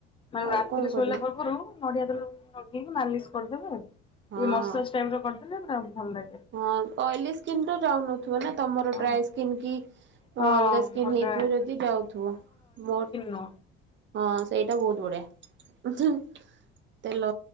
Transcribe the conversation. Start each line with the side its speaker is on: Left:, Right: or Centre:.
Left: ମାନେ
Right: ଆଉ
Left: ରାତିରେ
Right: କଣ
Left: ଶୋଇଲା
Right: କରିବା।
Left: ପୂର୍ବରୁ ନଡ଼ିଆ ତେଲ ଲଗେଇକି ମାଲିସ୍ କରିଦେବେ। ଏଇ
Right: ହଁ
Left: ମସାଜ ଟାଇମ୍ ର କରିଦେଲେ ପୁରା ଭଲ ଲାଗେ।
Right: ହଁ ଅଏଲି ସ୍କିିନ୍ ର ଯାଉନଥୁବ ନାଁ ତମର
Left: ହଁ।
Right: ଡ୍ରାଏ ସ୍କିନ୍ କି
Left: ହଁ
Right: ଅଁ ଅଲଗା ସ୍କିନ୍
Left: ମୋତେ
Right: ହେଇଥିବ ଯଦି ଯାଉଥୁବ ମୋର
Left: ନୋ।
Right: ହଁ ସେଇଟା ବହୁତ ବଢ଼ିଆ। ତେଲ